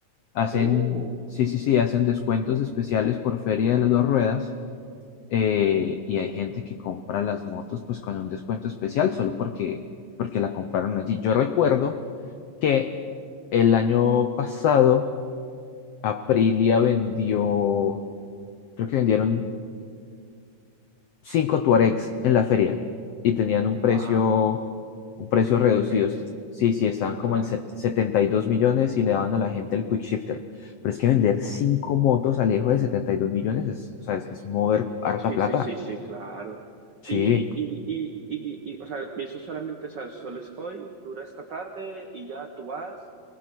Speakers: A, on the left (about 80°); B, on the right (about 80°).
A: Hacen,
B: Oh,
A: sí, sí, sí, hacen descuentos especiales por feria de las dos ruedas eh, y hay gente que compra las motos pues con un descuento especial solo porque, porque la compraron allí. Yo recuerdo que el año pasado Aprilia vendió, creo que vendieron cinco Tuaregs en la feria y tenían un
B: wow,
A: precio, un precio reducido.
B: de feria,
A: Est- Sí, sí, estaban como
B: claro.
A: en set- 72 millones y le daban a la gente el quick shifter. Pero es que vender cinco motos al Alejo de 72 millones es, o sea, es, es mover harta
B: Sí,
A: plata.
B: sí, sí, sí, claro.
A: Sí,
B: Y, y, y, y, y, o sea, eso solamente, o sea, solo es hoy, dura esta tarde y ya tú vas,